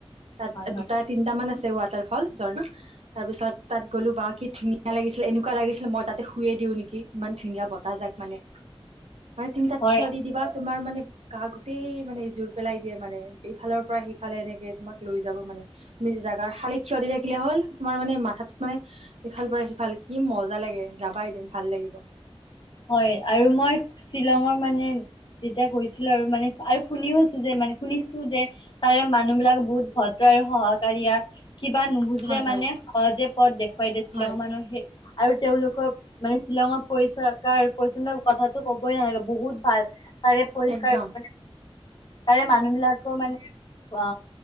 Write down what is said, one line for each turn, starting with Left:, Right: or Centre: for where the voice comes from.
Right: তাত
Left: হয় হয়
Right: দুটা তিনটা মান আছিল ওৱাটাৰফল ঝৰ্ণা তাৰপিছত তাত গলো বা কি ধুনীয়া লাগিছিলে এনেকুৱা লাগিছিলে মই তাতে শুই এ দিওঁ নেকি ইমান ধুনীয়া বতাহ যাক মানে তুমি তাত
Left: হয়
Right: থিয় দি দিবা তোমাৰ মানে গা গোতেই মানে জোৰ পেলাই দিয়ে মানে ইফালৰ পৰা সিফালে এনেকে তোমাক লৈ যাব মানে তুমি জাগাৰ শালীত থিয় দি থাকিলে হল তোমাৰ মানে মাথাটো মানে ইফাল পৰা সিফাল কি মজা লাগে যাবা এদিন ভাল লাগিব
Left: হয় আৰু মই শ্বিলংৰ মানে যেতিয়া গৈছিলো আৰু মানে আৰু শুনিওছো যে মানে শুনিছো যে তাৰে মানুহ বিলাক ভদ্ৰ আৰু সহকাৰিয়া কিবা নুবুজিলে
Right: হয় হয়
Left: মানে সহজে কত দেখে পাই দিছিলে
Right: হয়
Left: মানুহ সেই আৰু তেওঁলোকক মানে শ্বিলংত পৰিচয় পৰিস্কাৰ পৰিচ্ছনতাৰ কথাটো ক'বই নালাগে বহুত ভাল তাৰে পৰিষ্কাৰ
Right: একদম
Left: মানে তাৰে মানুহ বিলাকো মানে অ